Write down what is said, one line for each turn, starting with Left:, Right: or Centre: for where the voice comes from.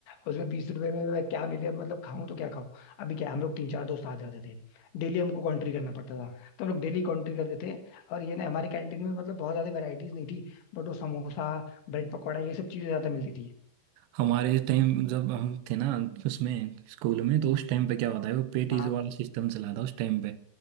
Left: उसमें बीस रुपए में मैं क्या मिले मतलब खाऊं तो क्या खाऊं अभी क्या है, हम लोग तीन चार दोस्त आ जाते थे डेली हमको कॉन्ट्री करना पड़ता था तो हम लोग डेली कॉन्ट्री करते थे और ये ना हमारी कैंटीन में मतलब बहुत ज्यादा वेराइटीज नहीं थी बट वो समोसा ब्रेड पकौड़ा ये सब चीजें ज्यादा मिलती थी
Right: हमारे टाइम जब हम थे ना उसमें स्कूल में तो उस टाइम पे क्या होता है वो पेटीज
Left: हाँ
Right: वाला सिस्टम चला था उस टाइम पे